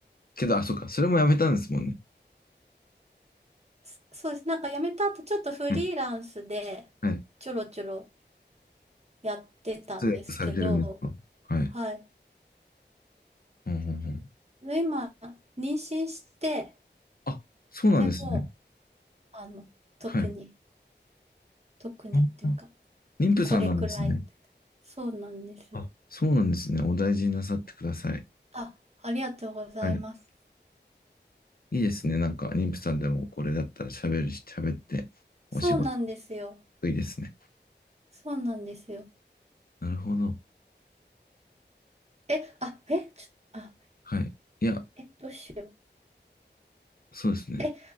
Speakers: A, on the left (about 55°); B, on the right (about 35°).
A: けど、あ、そうか。それもやめたんですもんね。
B: そそうです。なんか辞めた後、ちょっとフリーランスでちょろちょろ
A: はい。はい。
B: やってたんですけど、
A: 通訳されてるんですかはい。
B: はい。
A: うんうんうん。
B: で、今、妊娠して、
A: あ、そうなんですね。
B: でも、あの、特に、
A: はい。
B: 特にっていうか、
A: あ妊婦さんなんですね。
B: これくらいって。そうなんですよ。
A: あ、そうなんですね。お大事になさってください。
B: あ、ありがとうございます。
A: はい。いいですね。なんか、妊婦さんでもこれだったら喋るし、喋って、
B: そうなんですよ。
A: お仕事得意ですね。
B: そうなんですよ。
A: なるほど。
B: え、あ、え、ちょ、あ、
A: はい。いや、
B: え、どうしよ
A: そうですね。
B: う。え、